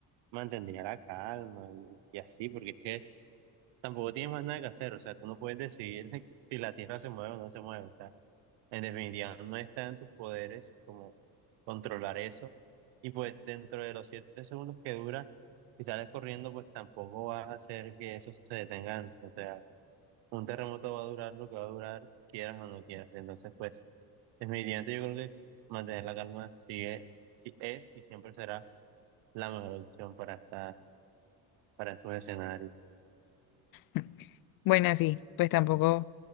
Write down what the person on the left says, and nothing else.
<laughs> Bueno, sí, pues tampoco,